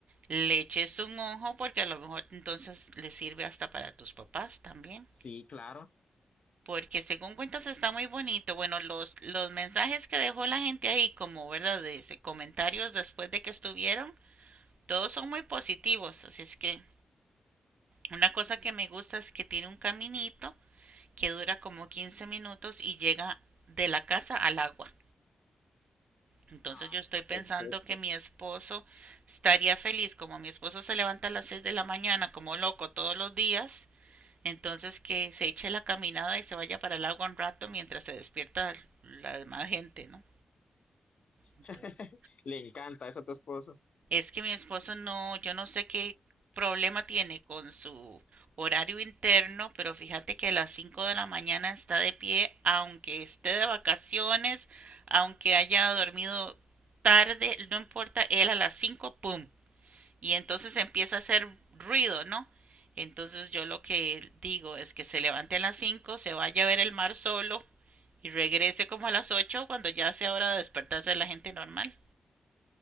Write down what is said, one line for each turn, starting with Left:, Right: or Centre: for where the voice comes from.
Right: le eches un ojo porque a lo mejor entonces le sirve hasta para tus papás también.
Left: sí, claro.
Right: Porque según cuentas está muy bonito. Bueno, los, los mensajes que dejó la gente ahí como, ¿verdad? De ese- comentarios después de que estuvieron, todos son muy positivos. Así es que una cosa que me gusta es que tiene un caminito que dura como 15 minutos y llega de la casa al agua. Entonces
Left: Ay,
Right: yo estoy
Left: no,
Right: pensando
Left: perfecto.
Right: que mi esposo estaría feliz, como mi esposo se levanta a las 6 de la mañana como loco todos los días, entonces que se eche la caminada y se vaya para el agua un rato mientras se despierta la demás gente, ¿no? Entonces,
Left: <laughs> Le encanta eso a tu esposo.
Right: Es que mi esposo no, yo no sé qué problema tiene con su horario interno, pero fíjate que a las 5 de la mañana está de pie, aunque esté de vacaciones, aunque haya dormido tarde, no importa, él a las 5, ¡pum! Y entonces empieza a hacer ruido, ¿no? Entonces yo lo que digo es que se levante a las 5, se vaya a ver el mar solo y regrese como a las 8 cuando ya sea hora de despertarse de la gente normal.